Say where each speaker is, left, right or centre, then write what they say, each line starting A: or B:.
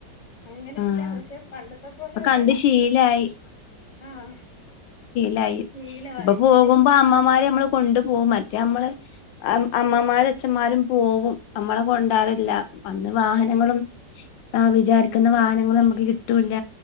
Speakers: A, on the left; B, on the left.
A: അങ്ങനെയില്ല
B: ആഹ്
A: പക്ഷേ പണ്ടത്തെ പോലെയുള്ള
B: ഇപ്പൊ കണ്ട് ശീലായി
A: ആഹ്
B: ലായി
A: ശീലമായി
B: ഇപ്പ പോകുമ്പോ
A: പിന്നെ
B: അമ്മമാര് നമ്മടെ കൊണ്ടു പോകും മറ്റേ നമ്മള് അ അമ്മമാരും
A: അതെ
B: അച്ഛന്മാരും പോവും നമ്മളെ കൊണ്ടാ ല്ലാ അന്ന്
A: അതെ
B: വാഹനങ്ങളും
A: അതെ
B: ആ വിചാ ക്കുന്ന വാഹനങ്ങൾ നമുക്ക് കി ട്ടൂല്ല